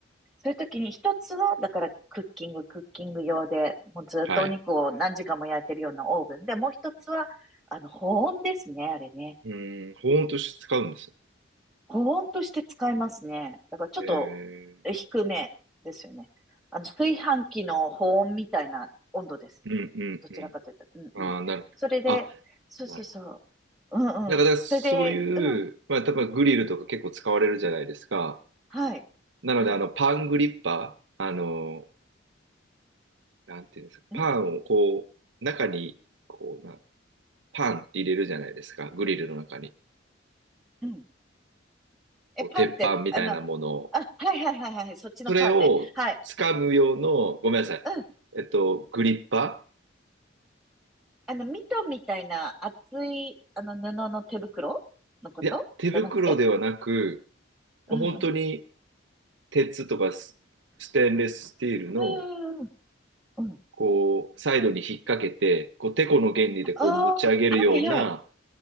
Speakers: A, in the centre; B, on the right (about 70°).
A: そういう時に一つは、だからクッキング、クッキング用で、もうずっとお肉を何時間も焼いてるようなオーブンで、
B: はい。
A: もう一つは、あの、保温ですね、あれね。
B: うん、保温として使うんです。
A: 保温として使いますね。だからちょっと
B: えー、
A: 低めですよね。あの、炊飯器の保温みたいな温度です。
B: うんうんうん。
A: どちらかというと。うんうん。
B: ああ、なる、
A: それで、
B: あ、
A: そうそうそう。
B: なるほ
A: うんうん。
B: ど。だからそういう、
A: それで、うん。
B: まあ、多分グリルとか結構使われるじゃないですか。
A: はい。
B: なので、
A: はい。
B: あの、パングリッパー、あの、なんていうんですか、パンをこう、
A: ん
B: 中に、こうな、パンって入れるじゃないですか、グリルの中に。
A: うん。え、
B: こう、
A: パンって、
B: 鉄板みたいなものを。
A: あの、あ、はいはいはいはい。そっちのパンね。
B: それを掴む用の、
A: はい。
B: ごめんなさい、
A: うん。
B: えっと、グリッパ
A: あの、ミトンみたいな厚い、あの、布の手袋のことじゃなくて
B: ーいや、手袋ではなく、もう本当に
A: うんうん。
B: 鉄とかス、ステンレススチールの、
A: うんうんうん。
B: こう、サイドに引っ掛けて、こう、テコの原理でこう持ち上げるような、
A: ああはいはい。